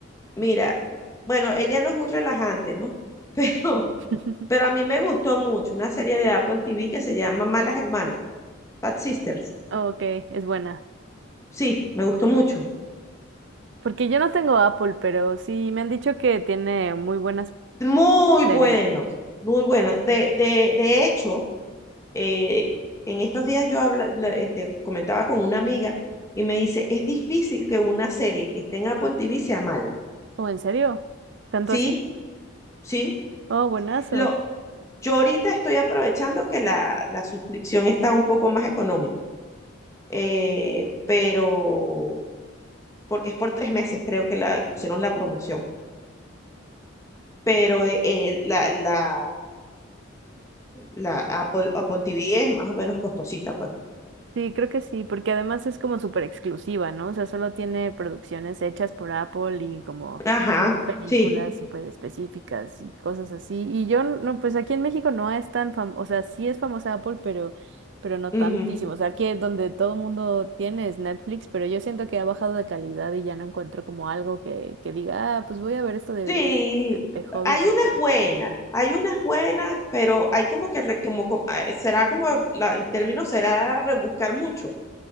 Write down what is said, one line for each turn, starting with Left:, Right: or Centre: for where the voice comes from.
Left: Mira, bueno, ella no es muy relajante, ¿no? <laughs> Pero,
Right: <laughs>
Left: pero a mí me gustó mucho una serie de Apple TV que se llama Malas Hermanas, Bad Sisters.
Right: Ok, es buena.
Left: Sí, me gustó mucho.
Right: Porque yo no tengo Apple, pero sí me han dicho que tiene muy buenas
Left: Muy
Right: series.
Left: bueno, muy bueno. De, de, de hecho, Eh, en estos días yo habla, la- este, comentaba con una amiga y me dice, es difícil que una serie que esté en Apple TV sea mala.
Right: ¿O en serio? ¿Tanto
Left: Sí,
Right: así?
Left: sí.
Right: Oh, buenazo.
Left: Lo, yo ahorita estoy aprovechando que la, la suscripción está un poco más económica, eh, pero porque es por tres meses, creo que la pusieron la promoción. Pero eh, eh, la, la, la Apple, Apple TV es más o menos costosita, pues.
Right: Sí, creo que sí, porque además es como súper exclusiva, ¿no? O sea, solo tiene producciones hechas por Apple y como
Left: Ajá,
Right: películas
Left: sí.
Right: súper específicas y cosas así. Y yo, no, pues aquí en México no es tan famosa, o sea, sí es famosa Apple, pero, pero no
Left: Ujú.
Right: tantísimo. O sea, aquí es donde todo el mundo tiene es Netflix, pero yo siento que ha bajado de calidad y ya no encuentro como algo que, que diga, ah, pues voy a ver esto de,
Left: Sí,
Right: de, de hobby,
Left: hay
Right: como
Left: unas
Right: que...
Left: buenas, hay unas buenas, pero hay como que, re- como, co- ah, será como, la- el término será rebuscar mucho.